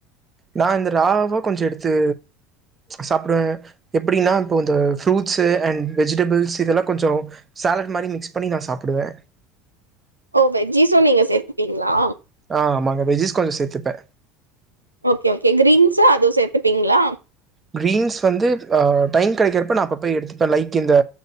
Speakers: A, on the right (about 25°); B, on the right (about 90°).
A: நா இந்த ராவா கொஞ்ச எடுத்து சாப்பிடுவேன் எப்படின்னா இப்போ சாப்டுவே எப்டினா இப்போ இந்த ஃப்ரூட்ஸு அன் வெஜிடபிள்ஸ் இதெல்லா கொஞ்ச சா சாலட் மாரி மிக்ஸ் பண்ணி நா சாப்டுவே
B: ஓ வெஜ்ஜிஸு நீங்க சேத்துப்பீங்ளா
A: ஆ ஆமாங்க வெஜிஸ் கொஞ்ச சேத்துப்பே
B: ஓகே ஓகே கிரீன்ஸு அது சேத்துப்பீங்ளா
A: கிரீன்ஸ் வந்து அ டைம் கெடைக்கிறப்ப நா அப்ப போய் எடுத்துப்பே லைக் இந்த